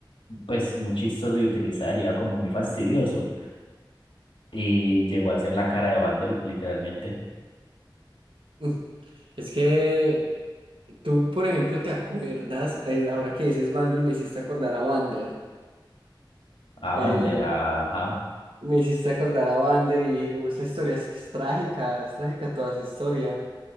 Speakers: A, on the left; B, on the right.
A: pues, muy chistoso de utilizar y era como muy fastidioso. Y llegó a ser la cara de Vandal, literalmente.
B: <laughs> Es que tú, por ejemplo, te acuerdas, eh, ahora que dices Vandal, me hiciste acordar a Vander.
A: A
B: Eh,
A: Vander, ajá.
B: me hiciste acordar a Vander y uh, esa historia es, que es trágica, es trágica toda esa historia.